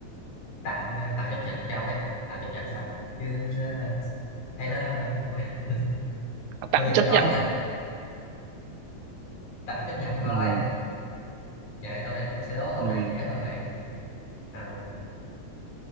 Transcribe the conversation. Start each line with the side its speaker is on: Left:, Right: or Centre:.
Left: tạm ờ, tạm chấp nhận cho ông ấy tạm chấp nhận thôi chứ ờ, hay nó <laughs>
Right: tạm
Left: thôi giờ tới
Right: chấp
Left: tôi
Right: nhận
Left: nha tạm chấp nhận thôi
Right: ừ,
Left: giờ để tôi này tôi sẽ đố câu
Right: ừ.
Left: này dễ hơn này à,